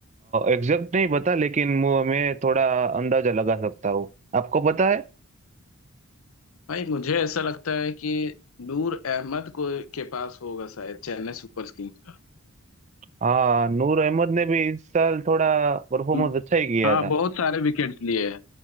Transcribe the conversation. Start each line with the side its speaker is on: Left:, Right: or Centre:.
Right: एग्जैक्ट नहीं पता लेकिन मु- मैं थोड़ा अंदाजा लगा सकता हूँ आपको पता है
Left: भाई मुझे ऐसा लगता है कि नूर अहमद को के पास होगा शायद चेन्नई सुपर किंग्स का
Right: हाँ नूर अहमद ने भी इस साल थोड़ा परफॉर्मेंस
Left: हम्म,
Right: अच्छा ही किया
Left: हाँ
Right: था
Left: बहुत सारे विकेट्स लिए हैं